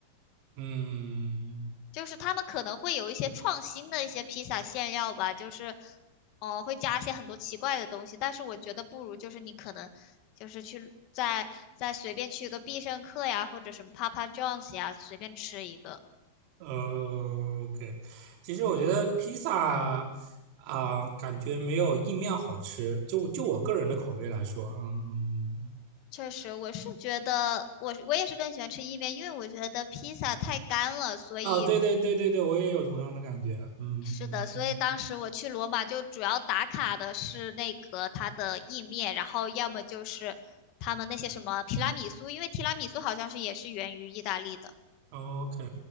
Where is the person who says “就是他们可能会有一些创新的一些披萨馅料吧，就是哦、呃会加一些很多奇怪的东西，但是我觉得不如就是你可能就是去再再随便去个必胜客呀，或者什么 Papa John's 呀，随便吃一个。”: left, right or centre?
Left